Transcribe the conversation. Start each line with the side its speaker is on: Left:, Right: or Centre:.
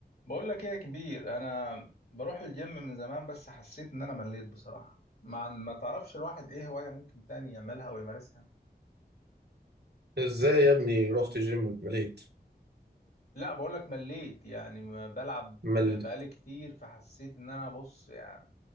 Left: بقول لك ايه يا كبير انا بروح الجيم من زمان بس حسيت ان انا مليت بصراحة ما ما تعرفش الواحد ايه هواية ممكن تاني يعملها ويمارسها
Right: ازاي يا ابني رحت جيم واتمليت
Left: لا بقول لك مليت يعني ما بلعب
Right: مل
Left: ب- بقالي كتير فحسيت ان انا بص يعني